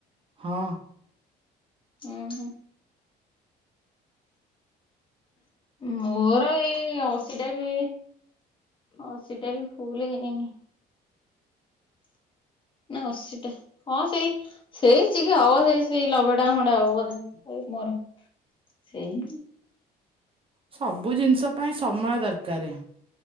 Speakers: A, on the right; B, on the left.
A: ହଁ।
B: ଉଁ ହୁଁ। ମୋର ଏଇ ଅଶୀଟା ବି ଅଶୀଟା ବି ଫୁଲ୍ ହେଇନି। ନା ଅଶୀଟା ହଁ ସେଇ ସେଇ ଚିକି ହବ ସେଇ ସେଇ ଲବେଟା ଖଣ୍ଡେ ହବ ବୋଧେ ଏଇ ମୋର। ସେଇ
A: ସବୁ ଜିନିଷ ପାଇଁ ସମୟ ଦରକାର।